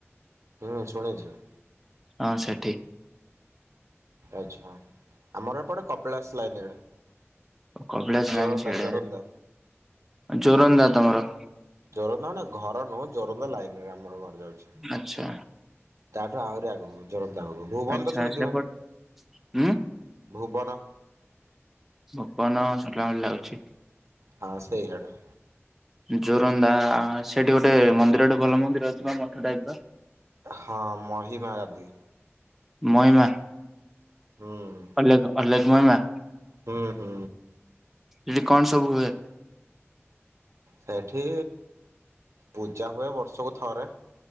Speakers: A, on the right; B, in the centre.
A: ହୁଁ, ଶୁଣିଛି ବା।
B: ହଁ ସେଠି।
A: ଆଚ୍ଛା, ଆମର ଏପଟେ କପିଳାସ ଲାଇନ୍ ଆଡେ।
B: ଓ କପିଳାସ
A: ଜୋରନ୍ଦା
B: ଲାଇନ୍ ସିଆଡ଼େ,
A: ଜୋରନ୍ଦା
B: ଯୋରନ୍ଦା ତୋମର।
A: ଯୋରନ୍ଦା ମାନେ ଘର ନୁହଁ, ଯୋରନ୍ଦା ଲାଇନ୍ ରେ ଆମର ଘର ଯାଉ ଛି,
B: ଆଚ୍ଛା
A: ତାଠୁ ଆହୁରି ଆଗକୁ, ଯୋରନ୍ଦା ଆଗକୁ, ଭୂବନ
B: ଆଚ୍ଛା
A: ତ ଶୁଣିଥିବ?
B: ସେପଟ ଉଁ
A: ଭୁବନ।
B: ଭୁବନ ଶୁଣିଲା ଭଳି ଲାଗୁଛି।
A: ହଁ ସେଇଆଡେ।
B: ଯୋରନ୍ଦା ସେଠି ଗୋଟେ ମନ୍ଦିର ଗୋଟେ ଭଲ ମନ୍ଦିର ଅଛି ନା ମଠ ଟାଇପ୍ ର?
A: ହଁ ମହିମା ଗାଦି।
B: ମହିମା?
A: ହୁଁ।
B: ଅଲେ <unintelligible>
A: ହୁଁ ହୁଁ।
B: ଯଠି କଣ ସବୁ ହୁଏ।
A: ସେଇଠି ପୂଜା ହୁଏ ବର୍ଷକୁ ଥରେ